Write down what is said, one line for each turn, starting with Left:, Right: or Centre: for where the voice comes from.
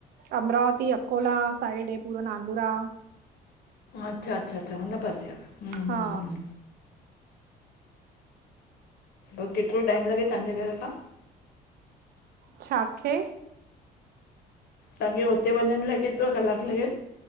Right: अमरावती अकोला साइड ऐं पूरो नांदुरा।
Left: अच्छा अच्छा अच्छा हुन पासे आ, हूं
Right: हा
Left: हूं हूं। ओ किथे टाइम लॻे तव्हांजे घर उतां।
Right: छा, खेे।
Left: तव्हांखे हुते वञण लाइ केतिरो कलाक लॻे।